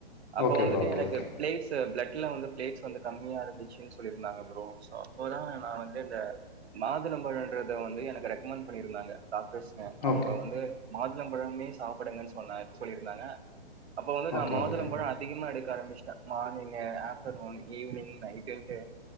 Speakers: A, on the right; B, on the left.
A: அப்ப
B: ஓகே
A: வந்துட்டு
B: ப்ரோ ஓகே
A: எனக்கு
B: ஓகே
A: பிளேட்ஸ் த் பிளட்லா வந்து பிளேட்ஸ் வந்து கம்மியா இருந்துச்சின் சொல்லிருந்தாங்க ப்ரோ சோ அப்பதா நா வந்து இந்த மாதுளம்பழன்றத வந்து எனக்கு ரெக்கமெண்ட் பண்ணிருந்தாங்க டாக்டர்ஸ்ங்க அவுங்க
B: ஓகே
A: அவுங்க மாதுளம்பழமே சாப்பிடுங்கன்னு சொன்ன சொல்லியிருந்தாங்க அப்ப வந்து நா
B: ஓகே
A: மாதளம்
B: ஓகே
A: பழம் அதிகமா எடு ஆரம்பச்சிட்டா <unintelligible> morning afternoon evening night and